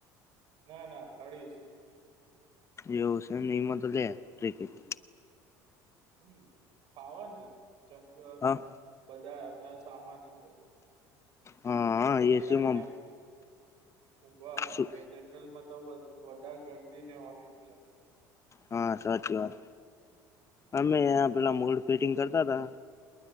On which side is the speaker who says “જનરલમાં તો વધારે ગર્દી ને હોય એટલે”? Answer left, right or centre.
Right